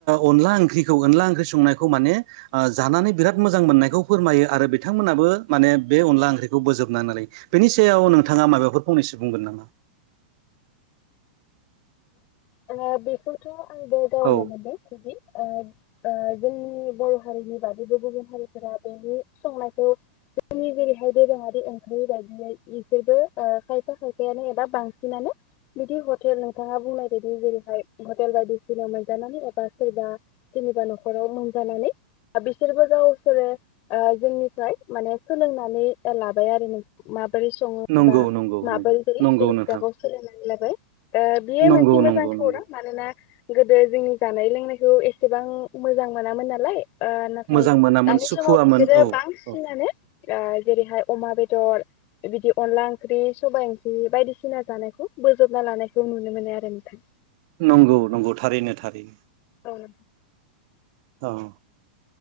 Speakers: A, on the right; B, on the left.
A: अनला ओंख्रिखौ अनला ओंख्रि संनायखौ माने ओ जानानै बिराद मोजां मोननायखौ फोरमायो आरो बिथांमोनहाबो माने बे अनला ओंख्रिखौ बोजोबना लायो। बेनि सायाव नोंथाङा माबाफोर फंनैसो बुंगोन नामा? <inaudible>
B: <inaudible> आरो बेखौथ' आंबो गावनो
A: औ
B: मोनदों खुजि ओ ओ जोंनि बर' हारिनि बादैबो गुबुन हारिफोरा बेनि संनायखौ जोंनि जेरैहाय दोरोङारि ओंख्रि बायदियै बिसोरबो खायफा खायफायानो एबा बांसिनानो बिदि हटेल नोंथाङा बुंनाय बायदि जेरैहाय हटेल बायदिसिनाव मोनजानानै एबा सोरबा सोरनिबा न'खराव मोनजानानै बिसोरबो गावसोरो ओ जोंनिफ्राय माने सोलोंनानै लाबाय आरो नों मा बोरै सङो
A: नंगौ
B: बा
A: नंगौ
B: माबोरै
A: नंगौ
B: बोरै जोंनि
A: नंगौ
B: हुदाखौ
A: नोंथां
B: सोलोंनानै लाबाय। ओ बेयो
A: नंगौ
B: मोनसे मोजां
A: नंगौ
B: खौरां
A: नंगौ
B: मानोना गो जोंनि जानाय लोंनायखौ एसेबां मोजां मोनामोन नालाय ओ नाथाय
A: मोजां मोनामोन
B: दानि
A: सुखुवामोन
B: समाव बिसोरो
A: औ
B: बांसिनानो
A: औ
B: ओ जेरैहाय अमा बेदर बिबादि अनला ओंख्रि सबाइ ओंख्रि बायदिसिना जानायखौ बोजोबना लानाय जों नुनो मानो आरो नोंथां।
A: नंगौ नंगौ थारैनो थारैनो।
B: औ <unintelligible>
A: औ